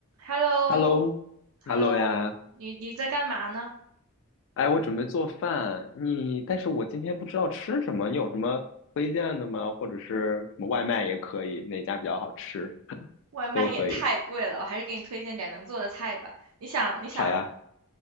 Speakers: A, on the right; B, on the left.
A: h e l l o
B: Hello，Hello
A: h e l l o
B: 呀，
A: 你你在干嘛呢？
B: 哎，我准备做饭，你，但是我今天不知道吃什么，你有什么推荐的吗？或者是什么外卖也可以，哪家比较好吃
A: 外卖也太贵了，
B: 都可以。
A: 我还是给你推荐点能做的菜吧。你想你想
B: 好呀，